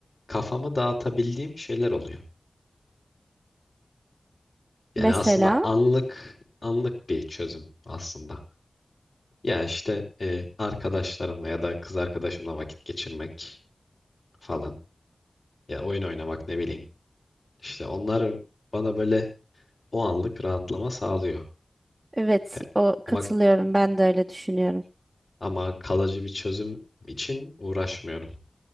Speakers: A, on the left (about 50°); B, on the right (about 35°).
A: kafamı dağıtabildiğim şeyler oluyor. Yani
B: Mesela
A: aslında anlık anlık bir çözüm aslında. Ya işte eee arkadaşlarımla ya da kız arkadaşımla vakit geçirmek falan. Ya oyun oynamak ne bileyim. İşte onlar bana böyle o anlık rahatlama sağlıyor.
B: evet
A: E,
B: o katılıyorum
A: Ama
B: ben de öyle düşünüyorum.
A: ama kalıcı bir çözüm için uğraşmıyorum,